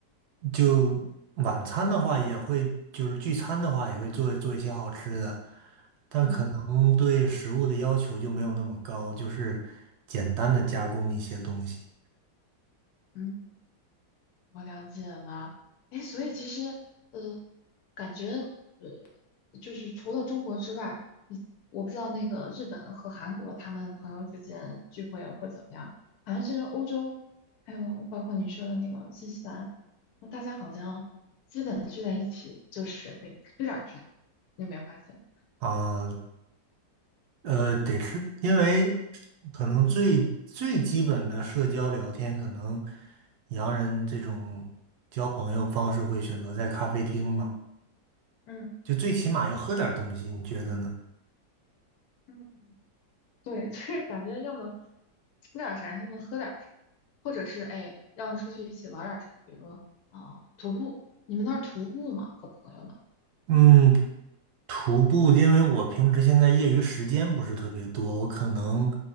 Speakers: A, on the right; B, on the left.
A: 就晚餐的话，也会就是聚餐的话，也会做做一些好吃的，但可嗯能对食物的要求就没有那么高，
B: 嗯
A: 就是简单的加工一些东西
B: 嗯，我了解了。哎，所以其实，呃，感觉。就是除了中国之外，你我不知道那个日本和韩国他们朋友之间聚会会怎么样。反正就是欧洲，还有包括你说的那个新西兰，那大家好像基本聚在一起就是得吃点儿啥，你有没有发现？
A: 啊，呃，得吃，因为可能最最基本的社交聊天，
B: 嗯
A: 可能洋人这种交朋友方式会选择在咖啡厅吧，
B: 嗯
A: 就最起码要喝点儿东西，你觉得呢？
B: 嗯，对，<laughs> 就是感觉要么吃点儿啥，要么喝点儿啥，或者是哎，要出去一起玩点儿啥，比如啊、呃徒步，你们那儿徒步吗？和朋友们？
A: 嗯，徒步，因为我平时现在业余时间不是特别多，我可能